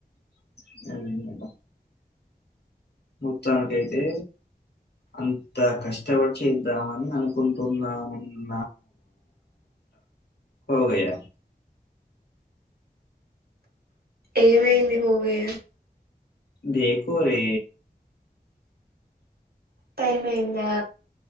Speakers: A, on the left; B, on the right.
A: <unintelligible> మొత్తానికైతే అంత కష్టపడి చేద్దామని అనుకుంటున్నామన్నమాట హోగయ
B: ఏమైంది హోగయ
A: దేఖో రే
B: టైం అయిందా